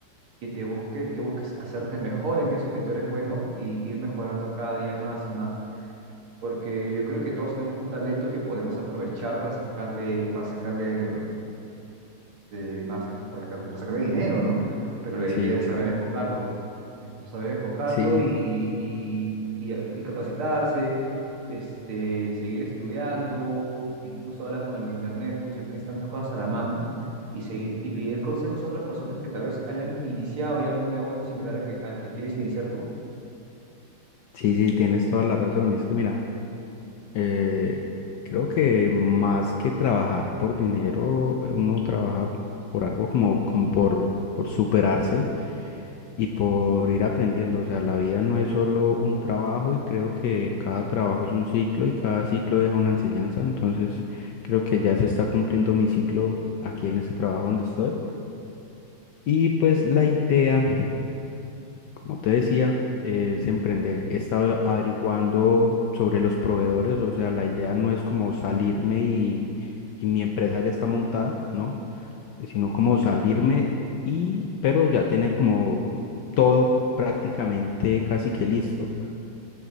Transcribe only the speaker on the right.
Que te busques, que busques hacerte mejor en eso que tú eres bueno y ir mejorando cada día más y más porque yo creo que todos tenemos un talento que podemos aprovechar para sacarle, para sacarle eh, más, eh, para sacar- para sacarle dinero, ¿no? Pero la
idea es
saber enfocarlo, eh, saber enfocarlo
y, y, y, a- y capacitarse, este, seguir estudiando, incluso hablar con el internet, pucha, tienes tantas cosas a la mano. Y seguir y pedir consejos a otras personas que tal vez hayan iniciado ya algún negocio similar al que, al que quieres iniciar tú.